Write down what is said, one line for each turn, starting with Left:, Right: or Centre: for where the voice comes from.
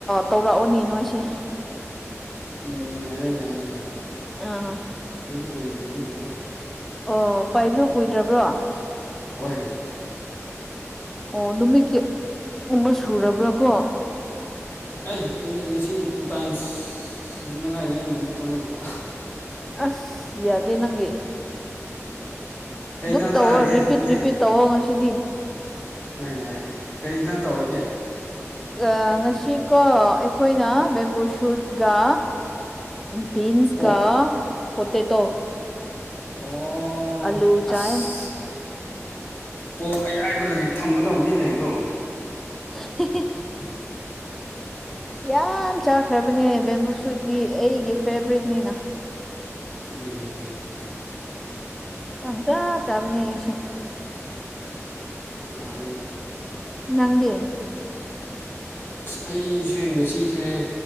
Centre: ꯇꯧꯔꯛꯑꯣꯅꯦ ꯅꯣꯏꯁꯦ꯫
Left: ꯎꯝ ꯌꯥꯏꯦ ꯌꯥꯏꯦ ꯌꯥꯏꯦ
Centre: ꯑꯥ
Left: ꯌꯥꯏ ꯑꯩꯁꯨ ꯀꯨꯏꯗ꯭ꯔꯤꯕꯅꯤꯅꯀꯣ꯫
Centre: ꯑꯣ ꯄꯥꯏꯕꯂꯣ ꯀꯨꯏꯗ꯭ꯔꯕ꯭ꯔꯣ꯫
Left: ꯍꯣꯏ꯫
Centre: ꯑꯣ ꯅꯨꯃꯤꯠꯀꯤ ꯑꯃ ꯁꯨꯔꯕ꯭ꯔꯥ ꯀꯣ꯫
Left: ꯑꯩ ꯑ ꯉꯁꯤꯅ ꯇꯨ ꯇꯥꯏꯝꯁ ꯆꯪꯅꯤꯉꯥꯏꯗ ꯑꯩꯅ ꯑꯃꯨꯛ ꯆꯪꯂꯛꯄ꯫
Centre: ꯑꯁ ꯌꯥꯗꯦ ꯅꯪꯒꯤ
Left: ꯀꯩ
Centre: ꯑꯗꯨꯝ
Left: ꯏꯟꯖꯥꯡ
Centre: ꯇꯧꯑꯣ
Left: ꯆꯥꯔꯒꯦ
Centre: ꯔꯤꯄꯤꯠ
Left: ꯅꯪꯗꯤ
Centre: ꯔꯤꯄꯤꯠ꯫ ꯇꯧꯑꯣ ꯉꯁꯤꯗꯤ꯫
Left: ꯑ ꯌꯥꯏ ꯀꯔꯤ ꯏꯟꯁꯥꯡ ꯇꯧꯔꯒꯦ
Centre: ꯑ ꯉꯁꯤꯀꯣ ꯑꯩꯈꯣꯏꯅ ꯕꯦꯝꯕꯨ ꯁꯨꯠꯒ ꯕꯤꯟꯁ
Left: ꯄꯣꯛ
Centre: ꯀ ꯄꯣꯇꯦꯇꯣ
Left: ꯑꯣ꯫
Centre: ꯑꯂꯨ
Left: ꯑꯁ
Centre: ꯆꯥꯌꯦ꯫
Left: ꯄꯣꯛ ꯑꯌꯥꯏꯕ ꯂꯩ ꯊꯝꯒꯗꯧꯕꯅꯤꯅꯦ ꯑꯗꯣ꯫
Centre: <unintelligible> ꯌꯥꯝ ꯆꯥꯈ꯭ꯔꯕꯅꯦ ꯕꯦꯝꯕꯨꯁꯨꯗꯤ ꯑꯩꯒꯤ ꯐꯦꯕꯔꯔꯤꯠꯅꯤꯅ꯫
Left: ꯎꯝ
Centre: ꯄꯪꯖꯥ ꯆꯕꯅꯦꯁꯦ
Left: <unintelligible> ꯌꯥꯝ ꯍꯥꯎꯏꯅꯦ
Centre: ꯅꯪꯗꯤ
Left: ꯑꯁ ꯑꯩꯁꯦ ꯉꯁꯤꯁꯦ